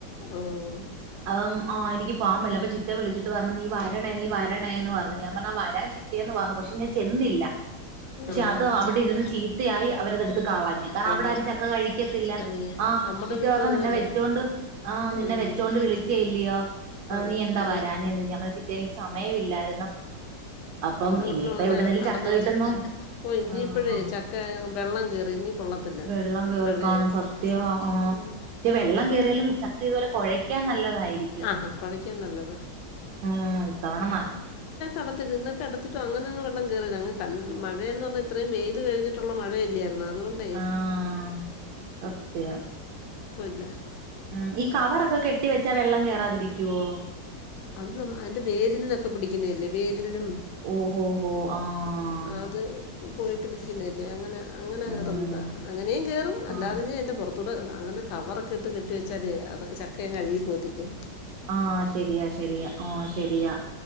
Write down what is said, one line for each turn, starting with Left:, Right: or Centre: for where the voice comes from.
Left: ഓഹ്
Right: അം ആഹ് എനിക്ക് പോവാൻ പറ്റിയില്ല അപ്പൊ ചിറ്റ വിളി പറഞ്ഞു നീ വരണേ നീ വരണേന്ന് പറഞ്ഞു ഞാൻ പറഞ്ഞു ആഹ് വരാ ഞാൻ ചിറ്റെന്ന് പറഞ്ഞു പക്ഷെ ഞാൻ ചെ ഇന്നില്ല പക്ഷെ
Left: ആഹ്
Right: അത് അവിടെ ഇരുന്ന് ചീത്തയായി അവരതെടു കളഞ്ഞു കാരണം
Left: കളഞ്ഞ്
Right: അവിടെ ആരും ചക്ക കഴിക്കത്തില്ല
Left: കളഞ്ഞ്
Right: ആ
Left: നമ്മുടെ
Right: ചിറ്റ
Left: വീട്ടിലും
Right: പറഞ്ഞ
Left: അതുപോലെ
Right: നിന്നെ വെച്ചോണ്ട് ആ നിന്നെ
Left: ഉം
Right: വെച്ചോണ്ട്
Left: അതെ
Right: വിളിച്ചല്ലയോ
Left: നമ്മ
Right: നീ എന്താ വരാ <unintelligible> ചിറ്റെ എനിക്ക് സമയമില്ലായിരുന്നു അപ്പം
Left: നമ്മളെ വീട്ടിലും
Right: ഇനിയിപ്പ
Left: അങ്ങനെ
Right: എവിടുന്നേലും ചക്ക കിട്ടുമ്പം
Left: ഓ ഇനിയിപ്പഴേ
Right: ആ
Left: ചക്ക വെള്ളം കേറി ഇനി കൊള്ളത്തില്ല
Right: വെള്ളം കേറിക്കാണും
Left: മഴയായ
Right: സത്യവാ ആഹ്
Left: ഉം
Right: പക്ഷെ വെള്ളം കേയറിയാലും ചക്ക ഇതുപോലെ കൊഴയ്ക്കാൻ നല്ലതായിരിക്കും
Left: ആഹാ കുഴയ്ക്കാൻ നല്ലതാ
Right: ഉം ഇത്തവണ <unintelligible>
Left: അടത്തി തിന്ന് അങ്ങനെങ് വെള്ളം കയറെല്ലെ ക മഴയ പറഞ്ഞാ ഇത്രയും വെയിൽ കഴിഞ്ഞിട്ടുള്ള മഴയല്ലായിരുന്നോ അത് അതോണ്ടെ
Right: ആഹ് സത്യം
Left: <unintelligible> <unintelligible>
Right: ഉം ഈ കവറൊക്കെ കെട്ടി വെച്ചാ വെള്ളം കേറാതിരിക്കുവോ
Left: അത് അതിന്റെ വേരിൽനിന്നൊക്കെ പിടിക്കുന്നതല്ലേ വേരി ഇതിലും
Right: ഓഹോഹോ ആഹ്
Left: അത് പോയി പിടിക്കുന്നില്ലേ അങ്ങനെ അങ്ങനെ
Right: ഉം
Left: കേറ്ന്താ അങ്ങനെയും കേറും അല്ലാതെ
Right: ആഹ്
Left: ഇഞ്ഞി അയിന്റെ പുറ അതൂടെ അങ്ങനെ കവറൊക്കെ ഇട്ട് കെട്ടി വെച്ചാലെ അത് ചക്കയങ്ങ് അഴുകി പോത്തില്ലേ
Right: ആഹ് ശെരിയാ ശരി ഓ ശരിയാ